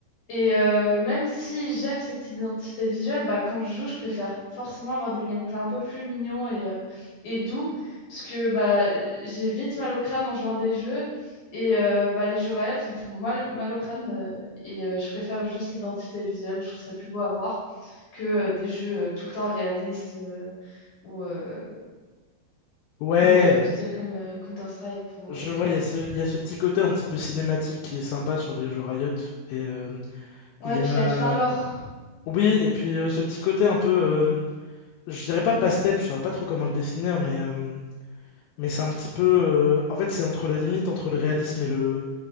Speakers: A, on the left (about 65°); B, on the left (about 85°).
A: et euh, même si j'aime cette identité visuelle, bah quand je joue je préfère forcément avoir des gameplays un peu plus mignons et, euh, et doux parce que bah j'ai vite mal au crâne en jouant à des jeux et euh, bah les jeux Riot ils me font mal, mal au crâne euh, et euh, je préfère juste l'identité visuelle, je trouve ça plus beau à voir que euh, des jeux euh, tout le temps réalistes euh, ou, euh,
B: Ouais!
A: ou euh, visuels comme euh, Counter-Strike ou
B: Je
A: euh,
B: vois,
A: Call
B: il
A: of.
B: y a ce, il y a ce petit côté un petit peu cinématique qui est sympa sur les jeux Riot. Et euh,
A: Ouais,
B: il y
A: puis
B: a.
A: il y a tout un lore.
B: Oui, et puis euh, ce petit côté un peu. euh, je dirais pas pastel, je saurais pas trop comment le définir, mais, euh, mais c'est un petit peu. euh, En fait, c'est entre la limite entre le réalisme et le,